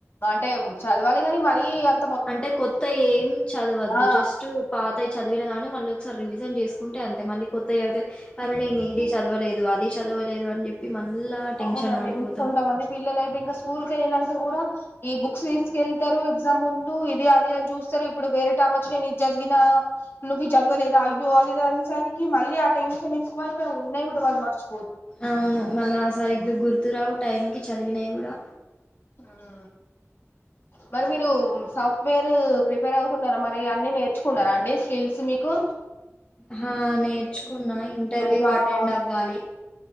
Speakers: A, on the left; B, on the left.
A: అంటే చదవాలి గాని మరి అంత్
B: అంటే కొత్తయేమ్ చదవద్దు
A: ఆ
B: జస్ట్ పాతై చదివిన గాని మళ్ళీ ఒకసారి రివిజన్ చేసు కుంటే అంతే మళ్ళీ కొత్త అవుతే అరేను ఇది చదవలేదు అది చదవలేదు అని చెప్పి మళ్ళా టెన్షన్
A: అవునండి
B: పడిపోతాం
A: కొంతమంది పిల్లలైతే ఇంకా స్కూల్ ఏళ్లినాక కూడా ఈ బుక్స్ తీసుకెళ్తారు ఎగ్జామ్ముందు ఇది అది అని చూస్తారు ఇప్పుడు వేరేటమోచ్చి నేను ఇది చదివిన నువు ఈజాధ్వలేద అయ్యో అదిదానేసరికి మళ్ళీ ఆ టెన్షన్ ఎక్కువైపోయి ఉన్నాయి కూడా వాళ్ళు మర్చు
B: అవును మళ్ళా సరిగా గుర్తురావు టైంకి చదివినై కూడా
A: ఆఆ మరి మీరు సాఫ్ట్వేర్ ప్రిపేర్ అవుతున్నారా మరి అన్ని నేర్చుకున్నారండి స్కిల్స్ మీక కు
B: హా నేర్చుకున్నా ఇంటర్వ్యూక్
A: జావా
B: అటెండ్ అవ్వాలి